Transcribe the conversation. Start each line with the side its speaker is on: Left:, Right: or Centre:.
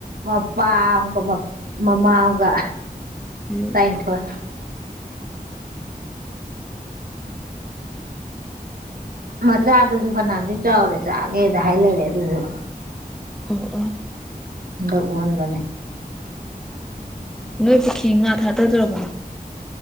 Right: ꯃꯄꯥ ꯑꯃꯒ ꯃꯃꯥ ꯑꯃꯒ
Centre: ꯎꯝ
Right: ꯇꯔꯥꯅꯤꯊꯣꯏ ꯃꯆꯥꯗꯨꯁꯨ ꯐꯅꯝꯗꯤ ꯆꯥꯎꯔꯦ ꯆꯥꯒꯦꯗ ꯍꯥꯏ ꯂꯩꯔꯦ ꯑꯗꯨꯁꯨ
Centre: ꯍ ꯑ
Right: ꯍꯟꯗꯛ ꯑꯣꯍꯟꯕꯅꯦ
Centre: ꯅꯣꯏ ꯄꯨꯈꯤ ꯉꯥ ꯊꯥꯗꯗꯧꯔꯕꯕꯣ